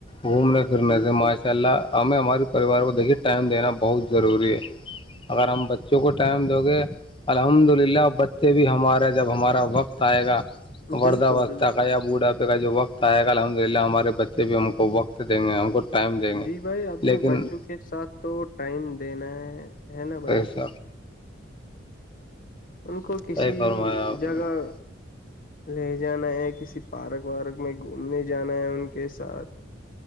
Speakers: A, on the left; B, on the left.
A: گھومنے پھرنے
B: بالکل
A: سے ماشاء اللہ ہمیں ہماراری پریوار کو دیکھیے ٹائم دینا بہت ضروری ہے اگر ہم بچوں کو ٹائم دو گے الحمد للہ اور بچے بھی ہمارے جب ہمارا وقت آئے گا وردہ
B: بالکل
A: وس
B: بالکل
A: تہقیا بوڑھا بھی کا جو وقت آئے گا الحمد للہ ہمارے بچے بھی ہم کو وقت دیں گے ہم کو ٹائم دیں گے
B: جی بھائی اپنے
A: لیکن
B: بچوں کے ساتھ تو ٹائم دینا ہے ہے نا
A: بھشک
B: بھائی ان کو کسی
A: صحیح فرمایا آپ
B: جگہ
A: نے
B: لے جانا ہے کسی پارک وارک میں گھومنے جانا ہے ان کے ساتھ